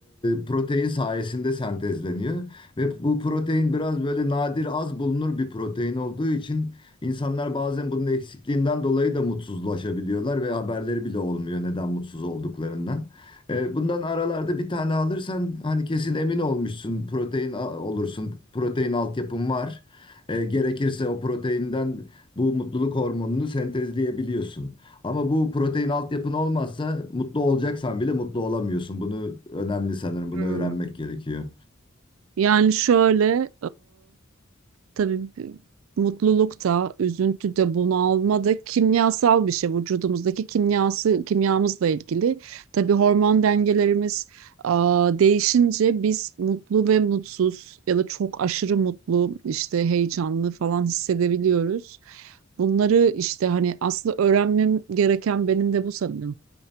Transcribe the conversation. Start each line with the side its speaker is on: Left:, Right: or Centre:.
Left: protein sayesinde sentezleniyor. Ve bu protein biraz böyle nadir az bulunur bir protein olduğu için insanlar bazen bunun eksikliğinden dolayı da mutsuzlaşabiliyorlar ve haberleri bile olmuyor neden mutsuz olduklarından. E, bundan aralarda bir tane alırsan hani kesin emin olmuşsun protein a- olursun, protein altyapın var. E, gerekirse o proteinden bu mutluluk hormonunu sentezleyebiliyorsun. Ama bu protein altyapın olmazsa mutlu olacaksan bile mutlu olamıyorsun. Bunu önemli sanırım.
Right: Hmm.
Left: Bunu öğrenmek gerekiyor.
Right: Yani şöyle, Tabii mutluluk da, üzüntü de, bunalma da kimyasal bir şey. Vücudumuzdaki kimyası, kimyamızla ilgili. Tabii hormon dengelerimiz aa, değişince biz mutlu ve mutsuz ya da çok aşırı mutlu, işte heyecanlı falan hissedebiliyoruz. Bunları işte hani aslında öğrenmem gereken benim de bu sanırım